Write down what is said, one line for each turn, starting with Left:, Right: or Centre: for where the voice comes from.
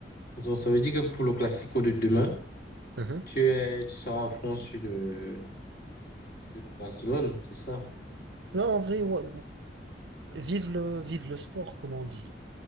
Left: Donc, ça veut dire que pour le Classico de demain,
Right: Mhm.
Left: tu es, tu seras à fond sur le, sur le Barcelone, c'est ça?
Right: Non, en vrai, ouais, vive le, vive le sport, comme on dit.